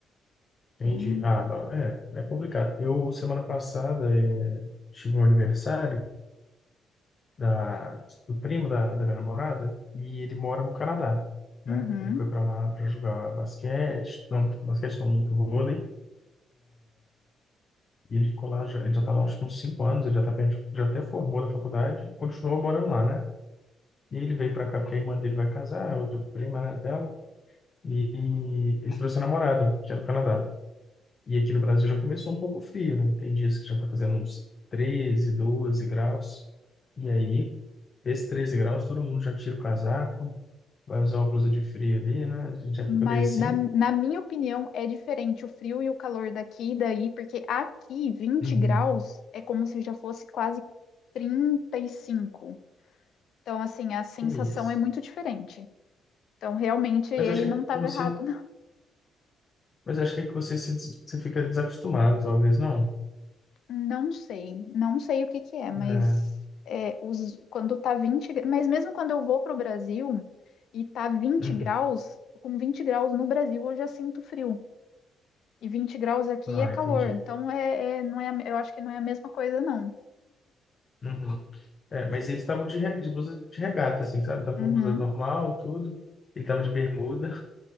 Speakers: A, on the left; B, on the left.
A: Entendi.
B: Bem...
A: Ah, ba- é, é complicado. Eu, semana passada, eh, tive um aniversário da, do primo da, da minha namorada e ele mora no Canadá, né?
B: Uhum.
A: Ele foi para lá para jogar basquete, não, basquete não, muito vôlei, e ele ficou lá, já, ele já tá lá acho que uns cinco anos, ele já tá perto, já até formou na faculdade e continuou morando lá, né? E ele veio para cá porque a irmã dele vai casar, a outra prima, né, dela, e ele trouxe a namorada, que é do Canadá. E aqui no Brasil já começou um pouco frio, né? Tem dias que já tá fazendo uns 13, 12 graus, e aí, esses 13 graus, todo mundo já tira o casaco, vai usar uma blusa de frio ali, né? A gente já
B: Mas
A: fica meio assim.
B: na, na minha opinião é diferente o frio e o calor daqui e daí, porque aqui vinte
A: Uhum.
B: graus é como se já fosse quase trinta e cinco Então, assim, a sensação
A: Que isso.
B: é muito diferente. Então, realmente, ele
A: Mas eu achei
B: não estava
A: que você,
B: errado.
A: mas eu acho que você se, des- você fica desacostumado, talvez não.
B: Não sei, não sei o que que é, mas
A: É.
B: é, os, quando tá 20, gra- mas mesmo quando eu vou para o Brasil e tá vinte
A: Uhum.
B: graus, com 20 graus no Brasil eu já sinto frio. E 20 graus aqui
A: Ah,
B: é calor,
A: entendi.
B: então é, é- não é, eu acho que não é a mesma coisa, não.
A: Uhum. É, mas eles estavam de, re- de blusa de regata, assim, sabe? Tava
B: Uhum.
A: com blusa normal, tudo. Ele tava de bermuda